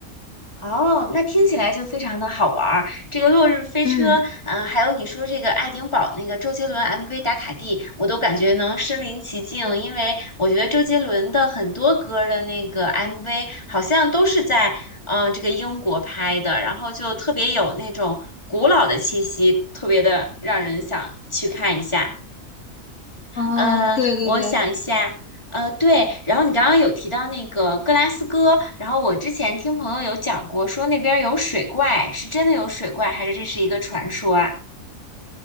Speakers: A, on the left; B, on the left.
A: 哦，那听起来就非常的好玩儿。这个《落日飞车》，
B: 嗯，
A: 嗯、还有你说这个爱丁堡那个周杰伦 MV 打卡地，我都感觉能身临其境，因为我觉得周杰伦的很多歌儿的那个 MV 好像都是在嗯、呃这个英国拍的，然后就特别有那种古老的气息，特别的让人想去看一下。
B: 啊，
A: 呃，
B: 对对对，
A: 我想一下，呃，对，然后你刚刚有提到那个格拉斯哥，然后我之前听朋友有讲过，说那边儿有水怪，是真的有水怪，还是这是一个传说啊？